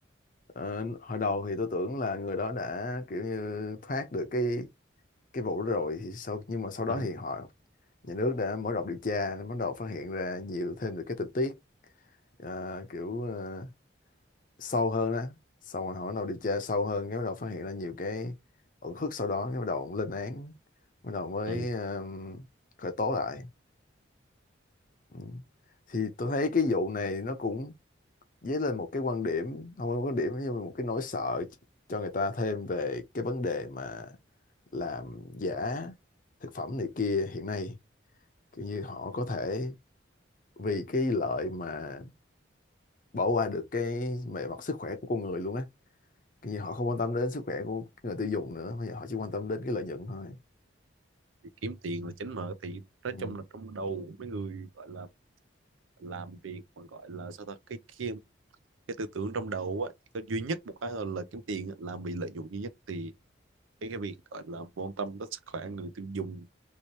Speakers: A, on the left; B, on the right.
A: Ờ, hồi đầu thì tôi tưởng là người đó đã kiểu như thoát được cái cái vụ đó rồi thì sau nhưng mà sau đó
B: ừ.
A: thì họ nhà nước đã mở rộng điều tra nên bắt đầu phát hiện ra nhiều thêm được cái tình tiết ờ, kiểu ờ, sâu hơn đó xong rồi họ bắt đầu điều tra sâu hơn cái bắt đầu phát hiện ra nhiều cái uẩn khúc sau đó cái bắt đầu lên án bắt đầu mới
B: ừ.
A: ờ, khởi tố lại Ừ. thì tôi thấy cái vụ này nó cũng dấy lên một cái quan điểm không phải quan điểm nhưng mà một cái nỗi sợ cho người ta thêm về cái vấn đề mà làm giả thực phẩm này kia hiện nay kiểu như họ có thể vì cái lợi mà bỏ qua được cái về mặt sức khỏe của con người luôn á kiểu như họ không quan tâm đến sức khỏe của người tiêu dùng nữa bây giờ họ chỉ quan tâm đến cái lợi nhuận thôi
B: Thì kiếm tiền
A: ừ.
B: là chính mà thì nói
A: Ừ.
B: chung là trong đầu mấy người gọi là làm việc mà gọi là sao ta cái cái, cái tư tưởng trong đầu á có duy nhất một cái là, là kiếm tiền á, là bị lợi dụng duy nhất thì cái cái việc gọi là quan tâm tới sức khỏe người tiêu dùng